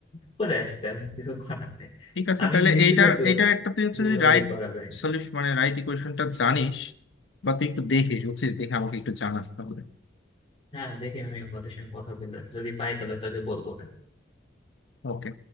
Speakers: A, on the left; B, on the left.
A: উপরে আসছে আমি কিছু করার নাই
B: ঠিক আছে
A: আমি
B: তাহলে
A: লিখছি
B: এইটার
A: যে দুই
B: এইটার একটা তুই হচ্ছে
A: দুই
B: যদি
A: ভাবেই
B: রাইট
A: করা যায়
B: সলিউশন মানে রাইট ইকুয়েশনটা জানিস বা তুই একটু দেখিস বুঝছিস দেখে আমাকে একটু জানাস তাহলে
A: হ্যাঁ দেখি আমি ওদের সঙ্গে কথা বলে যদি পাই তাহলে তাকে বলবো
B: ওকে